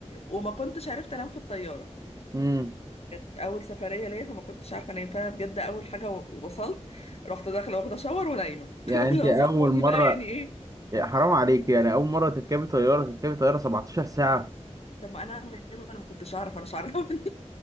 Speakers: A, on the left; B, on the right.
A: وما كنتش عرفت انام في الطياره
B: امم
A: كانت اول سفريه ليا فما كنتش عارفه انام فانا بجد اول حاجه و- وصلت رحت داخله واخده شاور ونايمه
B: يعني
A: <laughs>
B: انت
A: لو
B: اول
A: صحوني
B: مرة
A: بقى يعني ايه
B: يا حرام عليك يعني اول مرة تركبي طيارة تركبي طيارة 17 ساعة
A: طب ما انا اعمل ايه ما انا ما كنتش اعرف انا مش عارفني